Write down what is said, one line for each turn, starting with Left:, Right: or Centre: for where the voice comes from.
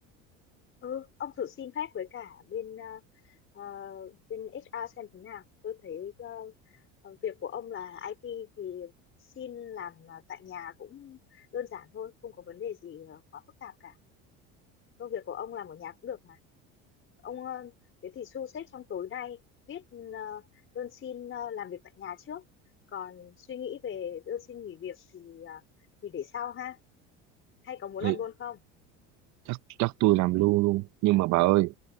Left: ừ ông thử xin phép với cả bên ờ, ờ, bên HR xem thế nào tôi thấy ờ, ờ, việc của ông là IT thì xin làm ờ, tại nhà cũng đơn giản thôi không có vấn đề gì ờ, quá phức tạp cả công việc của ông làm ở nhà cũng được mà ông ờ, thế thì thu xếp trong tối nay viết ờ, đơn xin ờ, làm việc tại nhà trước còn suy nghĩ về đơn xin nghỉ việc thì ờ, thì để sau ha hay có muốn
Right: Ê,
Left: làm luôn không
Right: chắc chắc tôi làm luôn luôn nhưng mà bà ơi